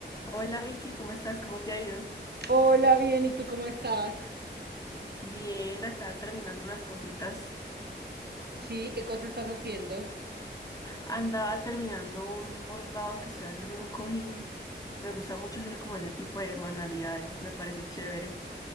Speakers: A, on the left (about 20°); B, on the right (about 60°).
A: Hola Vicky, ¿cómo estás? ¿Cómo te ha ido?
B: Hola, bien, ¿y tú cómo estás?
A: Bien, acá terminando unas cositas.
B: Sí, ¿qué cosa estás haciendo?
A: Andaba terminando un bordado que estoy haciendo en un cojín. Me gusta mucho hacer como ese tipo de manualidades, me parece chévere.